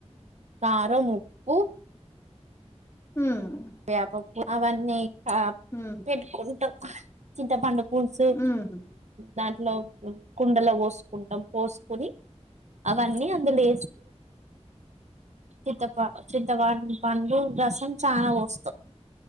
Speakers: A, on the right; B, on the left.
A: కారము ఉప్పు
B: మ్
A: వేప పు అవన్నీ ఆ
B: ఉమ్.
A: పెట్టుకుంటం చింతపండు పులుసు
B: హ్మ్
A: దాంట్లో కుండలో పోసుకుంటం పోసుకుని అవన్నీ అందులో చిత్తప చిత్తపం పండు రసం చానా వస్త